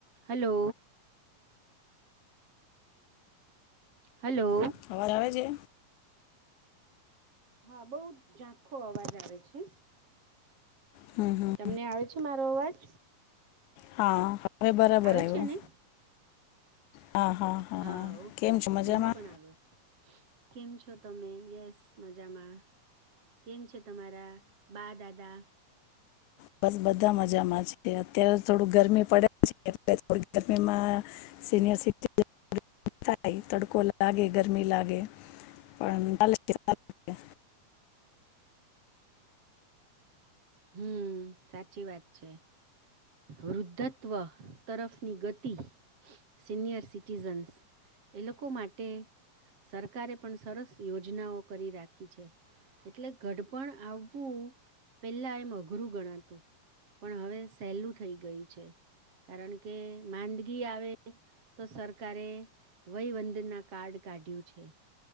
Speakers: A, on the right; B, on the left.
A: હલો. હલો.
B: <unintelligible> આવે છે.
A: હા, બહુ ઝાંખો અવાજ આવે છે.
B: હમ હમ
A: તમને આવે છે, મારો અવાજ.
B: હા બરાબર આવ્યો.
A: આવે છે ને
B: હા
A: હા, ઓકે,
B: કેમ
A: ઓકે
B: છો મજામાં
A: મને પણ આવ્યો. કેમ છો તમે યસ મજામાં કેમ છે, તમારા બા દાદા.
B: બસ બધા મજામાં છે, અત્યારે થોડું ગરમી પડે છે, <inaudible> ગરમીમાં સિનિયર સિટી થાય, તડકો લાગે ગરમી લાગે પણ <inaudible>
A: હમ સાચી વાત છે, વૃદ્ધત્વ તરફની ગતિ સિનિયર સિટીઝન્સ એ લોકો માટે તે સરકારે પણ સરસ યોજનાઓ કરી રાખી છે, એટલે ગડપણ આવુ પહેલાં એમ અઘરું ગણાતું પણ હવે સહેલું થઈ ગયું છે કારણ કે માંદગી આવે તો સરકારે વયવંદના કાર્ડ કાઢ્યું છે